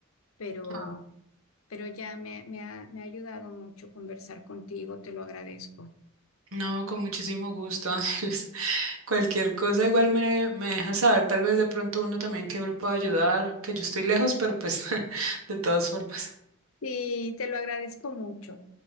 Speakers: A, on the left; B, on the right.
A: pero...
B: Ah,
A: pero ya me, me ha, me ha ayudado mucho conversar contigo, te lo agradezco.
B: No, con muchísimo gusto, <laughs> Ángeles. Cualquier cosa, igual me, me deja saber, tal vez de pronto uno también que le pueda ayudar, que yo estoy lejos, pero pues <laughs> de todas formas,
A: Sí, te lo agradezco mucho.